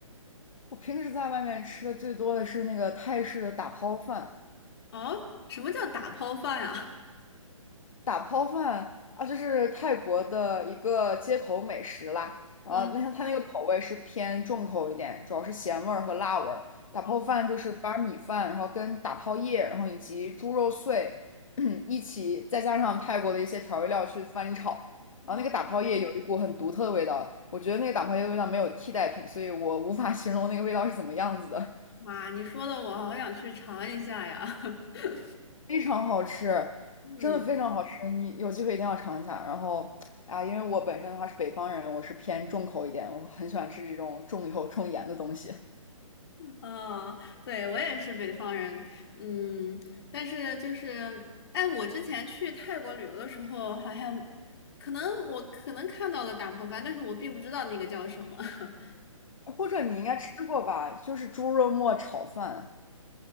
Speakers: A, on the left; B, on the left.
A: 我平时在外面吃的最多的是那个泰式的打抛饭，
B: 哦，什么叫打抛饭呀？<laughs>
A: 打泡饭啊，就是泰国的一个街头美食啦。然后那它那个口味是偏重口一点，
B: 嗯，
A: 主要是咸味儿和辣味儿。打泡饭就是把米饭，
B: 好
A: 然后跟打泡叶，然后以及猪肉碎 <clears throat> 一起，再加上泰国的一些调味料去翻炒。
B: 哦，
A: 然后那个打泡叶有一股很独特的味道，我觉得那个打泡叶的味道没有替代品，所以我无法形容那个味道是怎么样子的。
B: 哇，你说的我好想去尝一下呀。<laughs>
A: 非常好吃，
B: 嗯。
A: 真的非常好吃，你有机会一定要尝一下。然后，啊，因为我本身的话是北方人，我是偏重口一点，我很喜欢吃这种重油重盐的东西。
B: 哦，对，我也是北方人，嗯，但是就是，哎，我之前去泰国旅游的时候，好像可能我可能看到了打破饭，但是我并不知道那个叫什么。<laughs>
A: 或者你应该吃过吧，就是猪肉末炒饭。